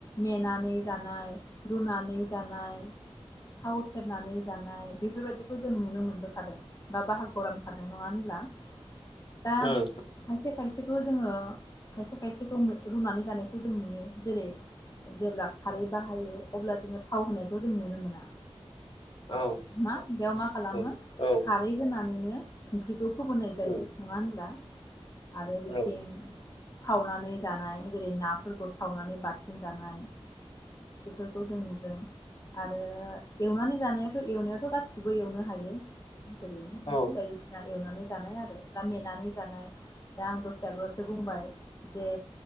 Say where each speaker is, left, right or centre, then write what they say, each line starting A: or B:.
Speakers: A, on the left; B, on the left.
A: मेनानै जानाय रुनानै जानाय थाव सेरनानै जानाय बेफोरबायदिखौ जों नुनो मोनबोखादों बा बाहागो <unintelligible> रानखादों नङा होनब्ला दा
B: औ
A: खायसे खायसेखौ जोङो खायसे खायसेखौ रुनानै जानायखौ जों नुयो जेरै जेब्ला खारै
B: औ
A: बाहायो अब्ला जोङो थाव होनायखौ जों नुनो मोना।
B: औ औ
A: मा बेयाव मा खालामो
B: औ उम औ
A: खारै होनानै ओंख्रिखौ फोमोनाय जायो
B: उम
A: नङा होनबा दा। आरो बिथिं
B: औ
A: सावनानै जानाय। जेरै नाफोरखौ सावनानै बाथोन जानाय। बेफोरखौ जों नुदों आरो एवनानै जानायावाथ एवनायावाथ गासिखौबो एवनो हायो। जेरै
B: औ
A: बायदिसिना एवनानै जानाय आरो बा मेनानै जानाय दा आं दसे आगोलावसो बुंबाय जे